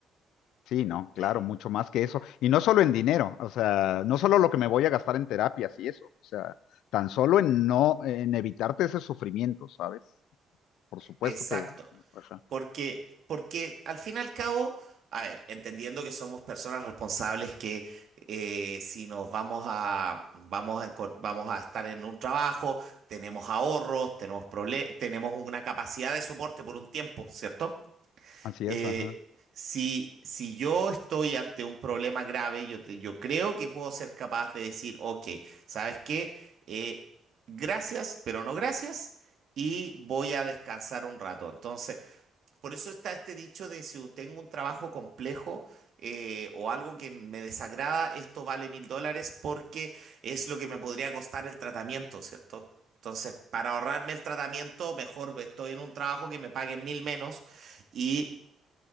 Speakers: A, on the left (about 80°); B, on the right (about 60°).
A: sí, no,
B: Eh,
A: claro, mucho más que eso. Y no solo en dinero, o sea, no solo lo que me voy a gastar en terapias y eso, o sea, tan solo en no, en evitarte ese sufrimiento, ¿sabes? por supuesto
B: exacto,
A: que, ajá,
B: porque, porque al fin y al cabo, a ver, entendiendo que somos personas responsables que eh, si nos vamos a, vamos a, encon- vamos a estar en un trabajo, tenemos ahorros, tenemos, prole- tenemos una capacidad de soporte por un tiempo, ¿cierto?
A: así
B: eh,
A: es, ajá,
B: si, si yo estoy ante un problema grave, yo, te- yo creo que puedo ser capaz de decir, ok, ¿sabes qué? Eh, gracias, pero no gracias, y voy a descansar un rato. Entonces, por eso está este dicho de si tengo un trabajo complejo eh, o algo que me desagrada, esto vale mil dólares porque es lo que me podría costar el tratamiento, ¿cierto? Entonces, para ahorrarme el tratamiento, mejor estoy en un trabajo que me paguen mil menos y